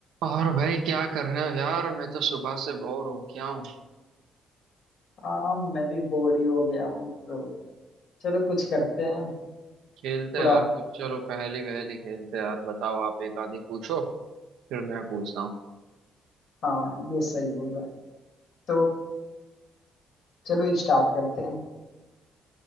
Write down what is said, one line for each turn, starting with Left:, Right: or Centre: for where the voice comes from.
Right: और भाई क्या कर रहे हो यार मैं तो सुबह से बोर हो गया हूँ
Left: हाँ मैं भी बोर ही हो गया हूँ तो चलो कुछ करते हैं
Right: खेलते
Left: थोड़ा
Right: यार कुछ चलो पहेली वहेली खेलते यार बताओ आप एक आधी पूछो फिर मैं पूछता हूँ
Left: हाँ ये सही बोला तो चलो स्टार्ट करते हैं